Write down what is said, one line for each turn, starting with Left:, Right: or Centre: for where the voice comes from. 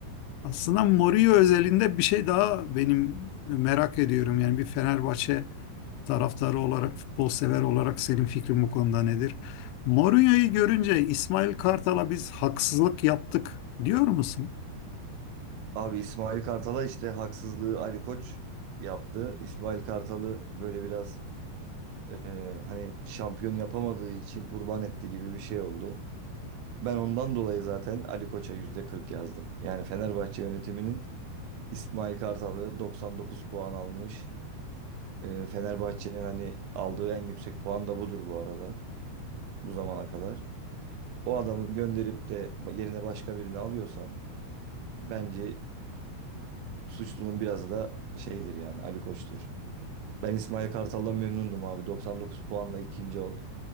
Left: Aslında Mourinho özelinde bir şey daha benim merak ediyorum. Yani bir Fenerbahçe taraftarı olarak, futbol sever olarak senin fikrin bu konuda nedir? Mourinho'yu görünce İsmail Kartal'a biz haksızlık yaptık diyor musun?
Right: Abi İsmail Kartal'a işte haksızlığı Ali Koç yaptı. İsmail Kartal'ı böyle biraz e, hani şampiyon yapamadığı için kurban etti gibi bir şey oldu. Ben ondan dolayı zaten Ali Koç'a %40 yazdım. Yani Fenerbahçe yönetiminin İsmail Kartal'ı 99 puan almış. E, Fenerbahçe'nin hani aldığı en yüksek puan da budur bu arada bu zamana kadar. O adamı gönderip de yerine başka birini alıyorsan bence suçlunun biraz da şeydir yani Ali Koç'tur. Ben İsmail Kartal'dan memnundum abi. 99 puanla ikinci oldu.